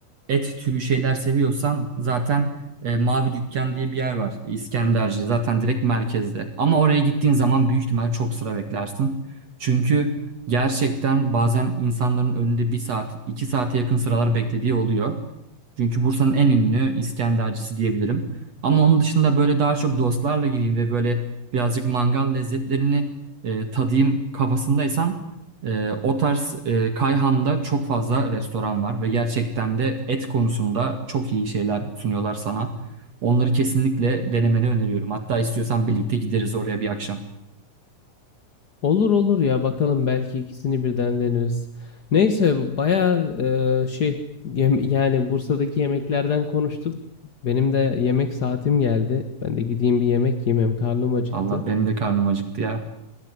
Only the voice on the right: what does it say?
et türü şeyler seviyorsan zaten e, Mavi Dükkan diye bir yer var İskenderci zaten direkt merkezde. Ama oraya gittiğin zaman büyük ihtimal çok sıra beklersin. Çünkü gerçekten bazen insanların önünde bir saat iki saate yakın sıralar beklediği oluyor. Çünkü Bursa'nın en ünlü İskendercisi diyebilirim. Ama onun dışında böyle daha çok dostlarla gireyim ve böyle birazcık mangal lezzetlerini e, tadayım kafasındaysan ee, o tarz e, Kayhan'da çok fazla restoran var ve gerçekten de et konusunda çok iyi şeyler sunuyorlar sana. Onları kesinlikle denemeni öneriyorum. Hatta istiyorsan birlikte gideriz oraya bir akşam.
Valla benim de karnım acıktı ya.